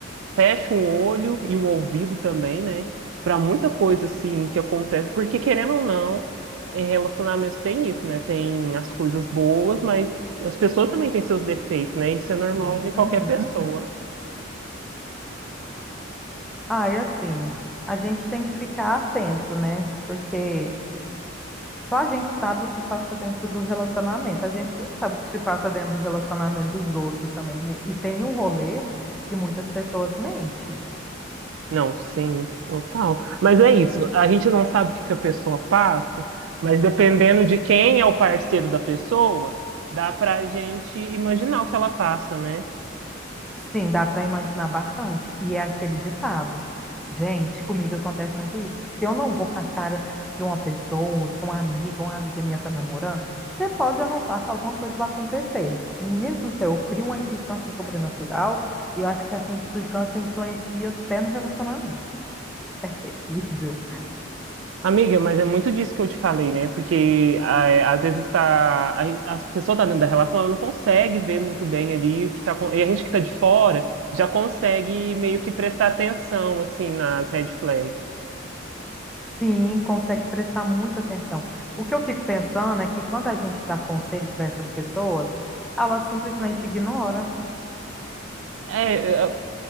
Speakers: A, on the right; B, in the centre.
A: fecha o olho e o ouvido também, né? Pra muita coisa, assim, que acontece. Porque, querendo ou não, em relacionamentos tem isso, né? Tem as coisas boas, mas as pessoas também têm seus defeitos, né? Isso é normal de qualquer
B: Uhum.
A: pessoa.
B: Ai, assim, a gente tem que ficar atento, né? Porque Só a gente sabe o que passa dentro do relacionamento. A gente não sabe o que se passa dentro do relacionamento dos outros também, né? E tem um rolê que muitas pessoas mentem.
A: Não, sim, total. Mas é isso, a gente não sabe o que que a pessoa passa, mas dependendo de quem é o parceiro da pessoa, dá pra gente imaginar o que ela passa, né?
B: Sim, dá para imaginar bastante. E é aquele ditado. Gente, comigo acontece muito isso. Se eu não vou com a cara de uma pessoa, que uma amiga, uma amiga minha tá namorando, você pode anotar que alguma coisa vai acontecer. Menino do céu, eu crio uma implicância sobrenatural e eu acho que essa implicância influencia até no relacionamento. <laughs> Horrível.
A: Amiga, mas é muito disso que eu te falei, né? Porque é, às vezes tá, a, a pessoa tá dentro da relação, ela não consegue ver muito bem ali o que tá, acon- e a gente que tá de fora já consegue meio que prestar atenção, assim, nas red flags.
B: Sim, consegue prestar muita atenção. O que eu fico pensando é que quando a gente dá conselho para essas pessoas, elas simplesmente ignoram.
A: É,